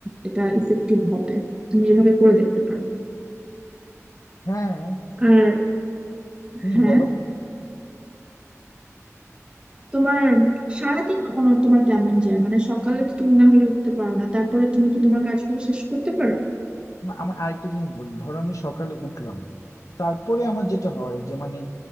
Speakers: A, on the right (about 20°); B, on the left (about 85°).
A: এটা ইফেক্টিভ হবে তুমি এভাবে করে দেখতে পারো
B: হ্যাঁ
A: আর
B: হুম
A: হ্যাঁ
B: বলো
A: তোমার সারাদিন অন- তোমার কেমন যায় মানে সকালে তো তুমি না হলে উঠতে পারো না তারপরে তুমি কি তোমার কাজগুলো শেষ করতে পারো
B: না, আমি আরেকটা জিনিস বলি ধরো আমি সকালে উঠলাম তারপরে আমার যেটা হয় যে মানে